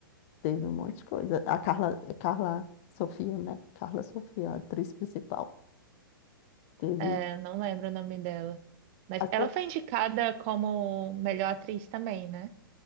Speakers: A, on the left; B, on the right.
A: teve um monte de coisa. A Carla, Carla Sofia, né? Carla Sofia, a atriz principal. Teve.
B: É, não lembro o nome dela. Mas
A: Acho
B: ela
A: que
B: foi indicada como melhor atriz também, né?